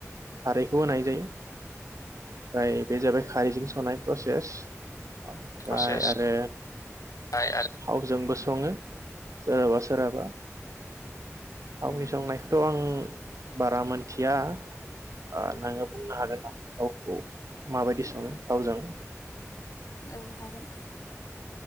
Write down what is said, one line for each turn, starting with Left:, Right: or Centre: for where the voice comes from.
Right: खारैखौ होनाय जायो ओमफ्राय बे जाबाय खारैजों
Left: उम
Right: संनाय प्रसेस। औ फ्राय
Left: प्रसेस
Right: आरो
Left: आय
Right: थावजोंबो सो सङो सोरहाबा सोरहाबा
Left: आरो
Right: थावनि
Left: उम
Right: संनायखोथ' आं बारा मोनथिया ओ नोङो बुंनो हागोन आ थावखौ माबायदि सङो
Left: औ
Right: थावजों
Left: औ हागोन